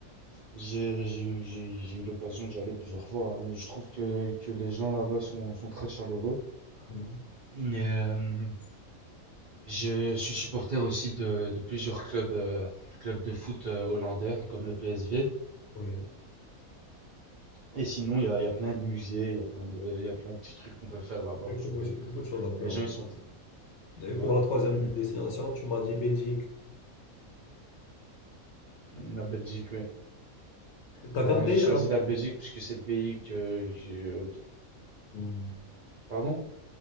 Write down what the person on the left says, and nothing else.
Mhm.
Oui,
il
y a
que beaucoup beaucoup de choses à faire.
oui.
Et pour
la troisième
destination, tu m'as dit Belgique.
T'as
gardé
un...
Mhm.